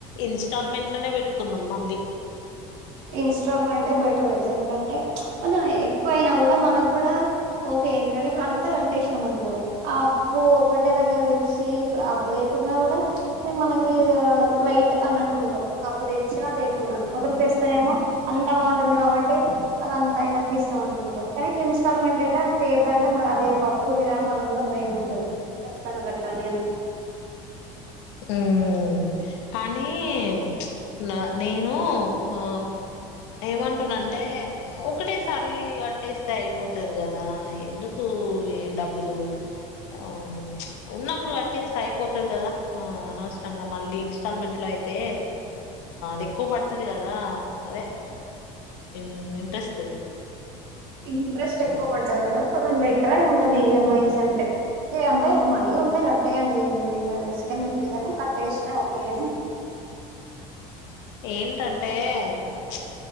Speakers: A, on the left; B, on the right.
A: ఇన్స్టాల్ మెంట్ లనే పెట్టుకున్నాం మళ్ళీ
B: ఇన్స్టాల్ మెంటె బెటర్ తెలుస ఎందుకంటే ప్చ్ కొంచెం ఎక్కువయినా కూడా మనకు కూడా ఒకే ఎందుకంటే ఇప్పుడు అంతా కట్టేసినం అనుకో, ఆ అప్పు ఒకటే దగ్గర తెచ్చి ఇప్పు అప్పు తేకున్నా. కూడా మనకి ఇగ లైట్ అన్నట్టు ఉంటాం, అప్పు తెచ్చిన తేకున్నా, ఒకరు తెస్ అంత అమౌంట్ ఉంది కాబట్టి, అదంతయినంక ఇస్తాం అనుకుంటాం, కానీ ఇట్లా ఇన్స్టాల్ మెంట్ అయితే తీరదంట అ అదే ఒక అప్పు ఉంది గదా మనం కూడా భయం ఉంటది ఖచ్చితంగా కట్టాలి అని
A: మ్ కానీ ప్చ్ నా నేను ఆ ఏమంటున్నంటే ఒకటేసారి కట్టేస్తే అయిపోతది కదా ఎందుకు ఈ డబ్బులు. ఓ ప్చ్ ఉన్న ఇప్పుడు కట్టేస్తే అయిపోతది కదా, ఆ అనవసరంగా మళ్ళీ ఇన్స్టాల్మెంట్ లో అయితే. దెక్కువ పడతది కదా అదే ఇన్ ఇంట్రెస్ట్
B: ఇంట్రెస్ట్ ఎక్కువ పడ్డా కూడా కొంచెం బెట్రే ఉంటది, ఈ ఎం ఐస్ అంటే ఓకే అంటే మనీ ఉంటే కట్టేయండి ఎం ఇగ రిస్క్ ఎందుకులే గని, కట్టేసినా ఓకే గని.
A: <inaudible> ఏంటంటే ప్చ్